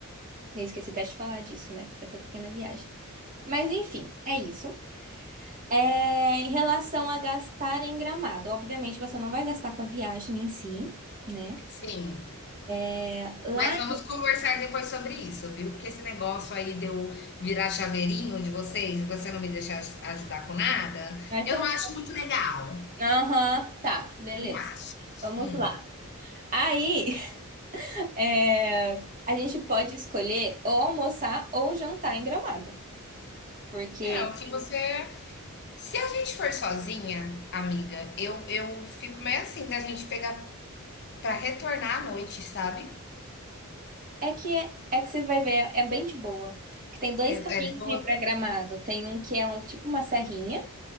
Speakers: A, on the right; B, on the left.
A: Eu esqueci até de falar disso, né? Dessa pequena viagem. Mas enfim, é isso. É, em relação a gastar em Gramado, obviamente você não vai gastar com a viagem em si, né?
B: Sim.
A: É, Lá
B: Mas vamos conversar depois sobre isso, viu? Porque esse negócio aí de eu virar chaveirinho de vocês e você não me deixar aj- ajudar com nada,
A: vai
B: eu
A: pro-
B: não acho muito legal.
A: Aham, tá, beleza.
B: Não acho.
A: Vamos
B: Hum.
A: lá. Aí, <laughs> é, a gente pode escolher ou almoçar ou jantar em Gramado, porque
B: É, o que você. Se a gente for sozinha, amiga, eu, eu fico meio assim da gente pegar pra retornar à noite, sabe?
A: é que é é que você vai ver, é bem de boa. Que tem dois
B: É,
A: caminhos
B: é de boa.
A: de ir para Gramado. Tem um que é um tipo uma serrinha,